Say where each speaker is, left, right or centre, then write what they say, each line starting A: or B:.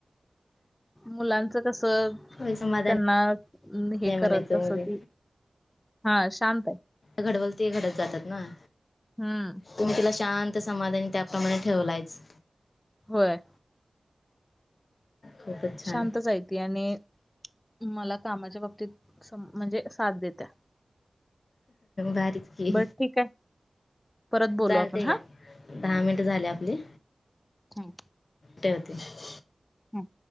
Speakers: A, on the left; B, on the left.
A: मुलांचं कस.
B: होय समाधान
A: त्यांना हे
B: नाही म्हणायचं
A: करल तसं
B: मुली
A: ती. हा शांत आहे
B: घडवल ते घडत जातात ना
A: हम्म.
B: तुम्ही तिला शांत समाधानी त्याप्रमाणे ठेवलायच.
A: होय.
B: खूपच छान
A: शांतच हाय ती आणि मला कामाच्या बाबतीत सं म्हणजे साथ देत्या.
B: भारीच की.
A: बरं ठीक आहे परत बोलू
B: चालते
A: आपण
B: घ्या
A: हा
B: दहा मिनट झाले आपली.
A: हम्म,
B: ठेवते.
A: हम्म.